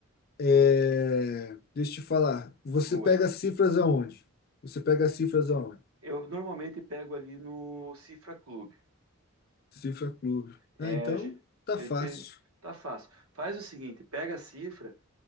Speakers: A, on the left; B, on the right.
A: é, deixa eu te falar. Você
B: Oi.
A: pega as cifras aonde? Você pega as cifras aonde?
B: Eu normalmente pego ali no Cifra Club.
A: Cifra Clube.
B: É,
A: Ah, então
B: ge-
A: tá
B: eu
A: fácil.
B: tá fácil. Faz o seguinte, pega a cifra,